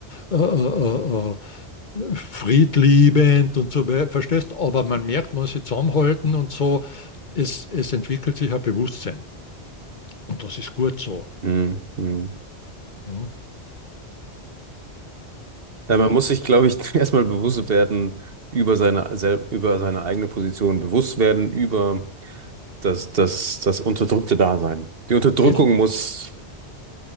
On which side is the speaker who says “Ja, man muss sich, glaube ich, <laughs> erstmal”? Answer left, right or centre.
Right